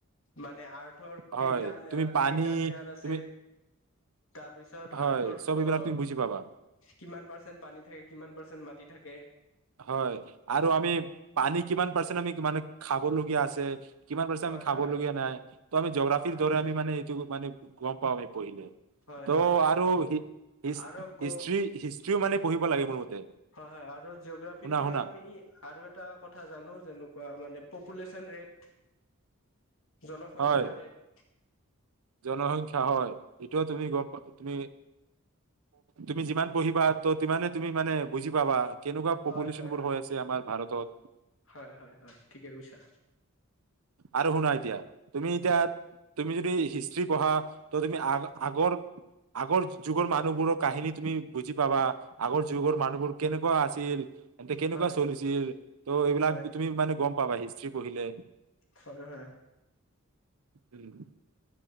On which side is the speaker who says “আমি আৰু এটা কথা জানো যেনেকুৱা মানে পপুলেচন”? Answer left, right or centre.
Left